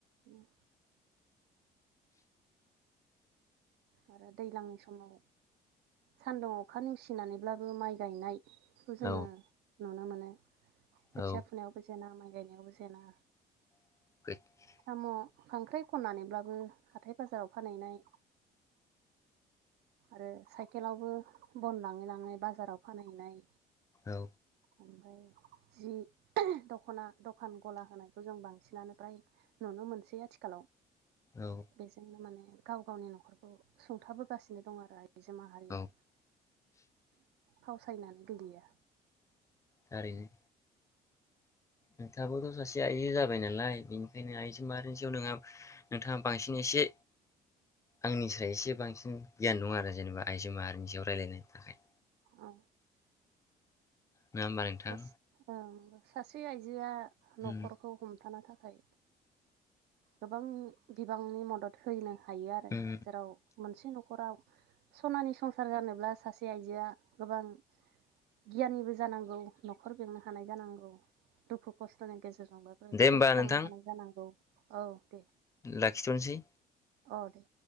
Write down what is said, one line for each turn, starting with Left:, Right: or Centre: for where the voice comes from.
Right: उम आरो दैज्लांनि समाव सान्दुं अखा नेवसिनानैब्लाबो माइ गायनाय खौ जोङो
Left: औ
Right: नुनो मोनो। खोथिया
Left: औ
Right: फुनायावबो जेना माय गायनायावबो जेना
Left: <unintelligible>
Right: साम' खांख्राइ खननानैब्लाबो हाथाय बाजाराव फानहैनाय आरो साइकेलावबो बन लाङै लाङै बाजाराव फानहैनाय
Left: औ।
Right: ओमफाय जि दखना दखान गला होनायखौ जों बांसिनानो फ्राय नुनो मोनसै आथिखालाव।
Left: औ
Right: बेजोंनो माने गाव गावनि नखरखौ सुंथाबोगासिनो दं आरो आइजो माहारिया
Left: औ
Right: फावसायनानै गैलिया
Left: थारैनो नोंथाबोथ सासे आइजो जाबाय नालाय बेनिखायनो आइजो माहारिनियाव नोंहा नोंथाङा बांसिन एसे आंनिसाय एसे बांसिन गियान दं आरो जेनेबा आइजो माहारिनियाव रायलायनायनि थाखाय।
Right: औ।
Left: नङा होमबा नोंथां
Right: हास ओम सासे आइजोआ नखरखौ
Left: उम
Right: हमथानो था फाय गोबां बिबांनि मदद होयोनो हायो आरो,
Left: उम
Right: जेराव मोनसे नखराव सनानि संसार जानोब्ला सासे आइजोआ गोबां गियानिबो जानांगौ नखर बेंनो हानाय जानांगौ, दुखु खस्थनि गेजेरजों <unintelligible> बाबो
Left: दे
Right: सौसिलांनो
Left: होमबा नोंथां
Right: हानाय जानांगौ। औ दे।
Left: लाखिथनोसै
Right: अ दे